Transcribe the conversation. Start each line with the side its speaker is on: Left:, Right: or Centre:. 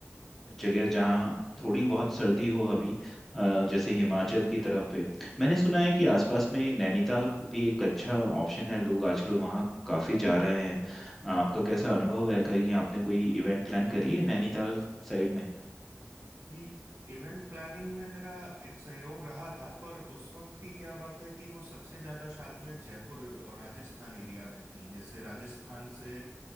Centre: जगह जहाँ थोड़ी बहुत सर्दी हो अभी अ, जैसे हिमाचल की तरफ पे मैंने सुना है कि आसपास में नैनीताल भी एक अच्छा ऑप्शन है लोग आजकल वहाँ काफ़ी जा रहे हैं आपका कैसा अनुभव है कहीं आपने कोई इवेंट प्लान करी है नैनीताल साइड में
Right: कि इवेंट प्लानिंग में मेरा एक सहयोग रहा था पर उस वक्त की क्या बात है कि वो सबसे ज्यादा शादियां जयपुर और राजस्थान एरिया में थीं जैसे राजस्थान से